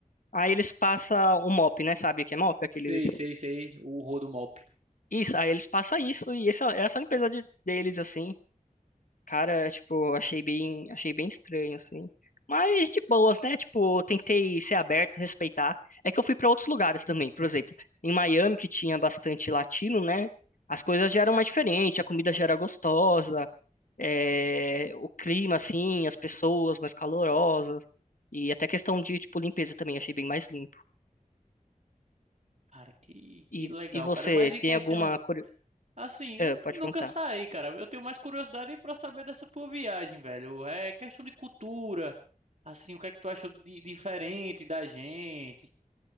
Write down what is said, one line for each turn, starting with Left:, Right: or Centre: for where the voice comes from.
Left: aí eles passam o mop, né? Sabe o que é mop? Aqueles.
Right: Sei, sei, sei, o rodo mop.
Left: Isso, aí eles passam isso, e essa, essa limpeza de- deles, assim, cara, tipo, achei bem, achei bem estranho, assim. Mas de boas, né? Tipo, eu tentei ser aberto, respeitar. É que eu fui pra outros lugares também, por exemplo, em Miami, que tinha bastante latino, né? As coisas já eram mais diferentes, a comida já era gostosa. é, o clima, assim, as pessoas mais calorosas. E até questão de, tipo, limpeza também, achei bem mais limpo.
Right: Cara, que
Left: E,
Right: que legal,
Left: e você,
Right: cara. Mas em
Left: tem
Right: questão
Left: alguma... curio-
Right: Assim,
Left: Ah, pode
Right: nunca
Left: perguntar.
Right: saí, cara. Eu tenho mais curiosidade pra saber dessa tua viagem, velho. É questão de cultura. Assim, o que é que tu achou de diferente da gente?